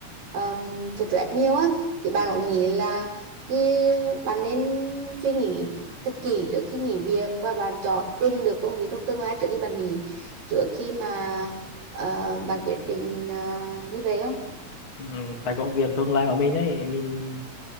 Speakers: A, on the right; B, on the left.
A: ờm, stress nhiều á thì bạn có nghĩ là cái bạn nên suy nghĩ thật kỹ trước khi nghỉ việc và bạn chọn tìm được công việc trong tương lai trước khi bạn nghỉ trước khi mà ờ, bạn quyết định ờ, như vậy không
B: Ừ, tại công việc tương lai của mình ấy mình